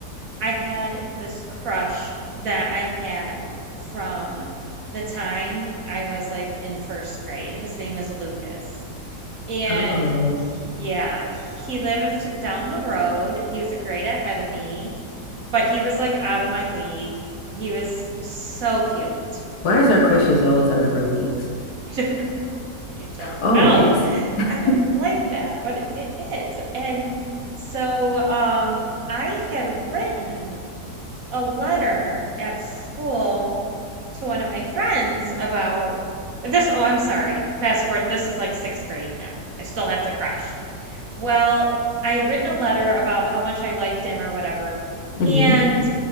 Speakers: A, on the right (about 55°); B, on the left (about 65°).
A: I had this crush that I had from the time I was like in first grade. His name is Lucas. And
B: Uh-oh.
A: he- yeah, he lived down the road. He was a grade ahead of me, but he was like out of my league. He was so cute.
B: Why is our crushes always out of our leagues?
A: <laughs> I don't
B: Always.
A: know. I don't know.
B: <laughs>
A: I don't like that, but it, it is. And so um I had written a letter at school to one of my friends about this. Oh, I'm sorry. Fast forward. This is like sixth grade now. I still have the crush. Well, I had written a letter about how much I liked him or whatever,
B: Mm-hmm.
A: and